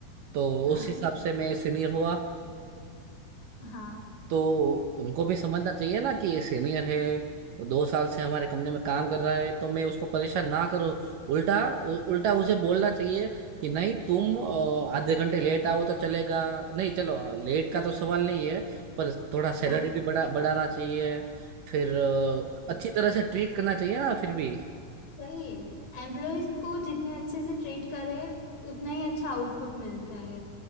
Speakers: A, on the right (about 70°); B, on the left (about 60°).
A: तो
B: हाँ
A: उस हिसाब से मैं सीनियर हुआ
B: हाँ
A: तो उनको भी समझना चाहिए ना कि ये सीनियर है वो दो साल से हमारे कंपनी में काम कर रहा है तो मैं उसको परेशान ना करूं उल्टा उ, उल्टा उसे बोलना चाहिए कि नहीं तुम अ, आधे घंटे लेट आओ तो चलेगा नहीं चलो लेट का तो सवाल नहीं है पर थोड़ा सैलरी
B: हाँ
A: भी बढ़ा बढ़ाना चाहिए फिर अ,
B: हाँ।
A: अच्छी तरह से ट्रीट करना चाहिए ना फिर भी
B: सही है एम्प्लॉयज को जितने अच्छे से ट्रीट करे उतना ही अच्छा आउटपुट मिलता है